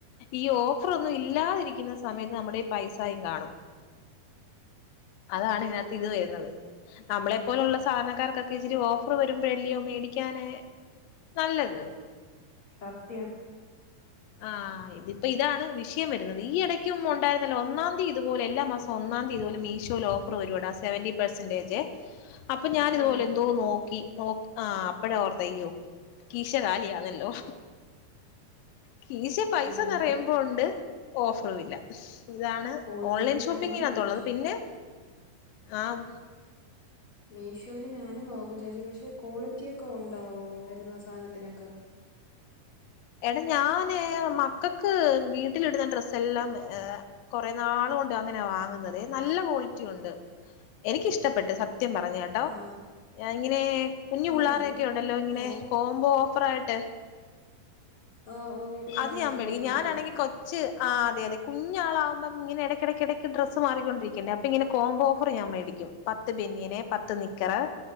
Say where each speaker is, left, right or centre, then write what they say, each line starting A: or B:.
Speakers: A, on the left; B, on the left.
A: ഈ ഓഫറൊന്നും ഇല്ലാതിരിക്കുന്ന സമയത്ത് നമ്മുടെകയി പൈസായും കാണും അതാണ്
B: ആഹ്
A: ഇതിനകത്ത് ഇത് വരുന്നത് നമ്മളെ പോലുള്ള സാധാരണക്കാർക്കൊക്കെ ഇച്ചിരി ഓഫറ് വരുമ്പോഴല്ല്യയോ മേടിക്കാന് നല്ലത്
B: സത്യം
A: ആ ഇതിപ്പോ ഇതാണ് വിഷയം വരുന്നത് ഈ ഇടയ്ക്കും ഒണ്ടായിരുന്നല്ലോ ഒന്നാം തീയതി ഇതുപോലെ എല്ലാ മാസോം ഒന്നാം തീ ഇതുപോലെ മീഷോല് ഓഫർ വരൂടാ സെവൻ്റീ പെർസന്റെജേ അപ്പൊ ഞാനിതുപോലെ
B: ആഹ്
A: എന്തോ നോക്കി നോ ആ അപ്പഴാ ഓർത്തെ യ്യോ കീശകാലിയാന്നല്ലോ കീശേ പൈസന്നറയുമ്പോണ്ട്
B: ഞാനും
A: ഓഫറുവില്ല ഇതാണ്
B: കൂടുതലും
A: ഓൺലൈൻ ഷോപ്പിങ്ങിനത്തുള്ളത്
B: ഞാനും മീഷോ
A: പിന്നെ ആം
B: മിഷൊ ല് ഞാനും നോക്കും ചേച്ചി പക്ഷെ ക്വാളിറ്റിയൊക്കെ ഉണ്ടാവോ വരുന്ന സാധനത്തിനൊക്കെ
A: എടാ ഞാന് മക്കക്ക് വീട്ടിലിടുന്ന ഡ്രസ്സെല്ലാം അ കൊറെ നാള് കൊണ്ട് അങ്ങനെയാ വാങ്ങുന്നതേ നല്ല ക്വാളിറ്റിയുണ്ട് എനിക്കിഷ്ടപ്പെട്ട് സത്യം പറഞ്ഞട്ടോ
B: ആഹ്
A: ഞാ ഇങ്ങനെ കുഞ്ഞു
B: ഞാൻ
A: പിള്ളേരടെയൊക്കെ
B: രണ്ട് മൂന്ന്
A: ഉണ്ടല്ലോ ഇങ്ങനെ
B: ടോപ്പ്
A: കോംബോ ഓഫറായിട്ട്
B: ഓഹ് ഓഹ് വീട്ടിലിടാനൊക്കെ
A: അത് ഞാൻ മേടിക്കും
B: പറ്റുന്നത്
A: ഞാനാണെങ്കി കൊച്ച് ആ അതെ യതെ കുഞ്ഞാളാവുമ്പം ഇങ്ങെനെ ഇടക്കെടക്കിടക്ക് ഡ്രസ്സ് മാറിക്കൊണ്ടരിക്കണ്ടേ അപ്പോ ഇങ്ങനെ കോമ്പോ ഓഫറ് ഞാൻ മേടി ക്കും പത്ത് ബെനിയന് പത്ത് നിക്കറ്